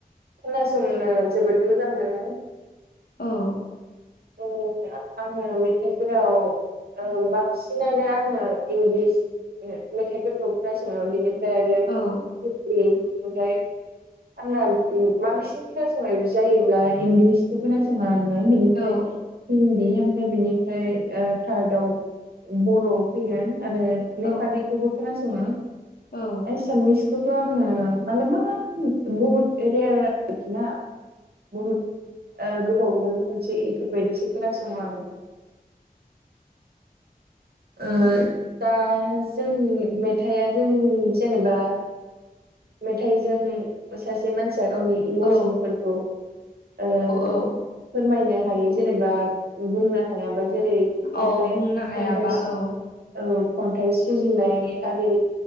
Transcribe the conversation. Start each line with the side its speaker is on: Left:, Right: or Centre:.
Right: खोनासंनो जोबोद मोजां मोनो
Left: औ
Right: <unintelligible> आङो मेथाइफोराव ओ बांसिनानो आङो इंलिस मेथाइफोरखौ खोनासङो बिनि फ्राय आरो
Left: औ
Right: हिन्दी ओमफ्राय आंना बांसिन खोनासंनाय जायोब्ला इंलिस खोनासोङा आङो बेनिफ्राय
Left: औ
Right: हिन्दी ओमफ्राय बिनिफ्राय थार्दआव बर' फैगोन आरो नेपालिखौबो
Left: औ
Right: खोनासङो
Left: औ
Right: एसामिस खौथ' आङो मालाबा बहुद रेयार आरोखि ना बहुद ओ गोबावजों खनसे इ फोरबायदिसो खोनासङो आङो ओ दा जोंनि मेथाइआ जोंनि जेनेबा मेथाइजों सासे मानसिया गावनि इम'सनफोरखौ
Left: औ
Right: ओ
Left: औ
Right: फोरमायनो हायो जेनेबा बुंनो हायाबा जेरै खन्थाइ
Left: औ बुंनो हायाबा
Right: खन्थाइ
Left: औ
Right: औ खन्थाइ सुजुनाय आरि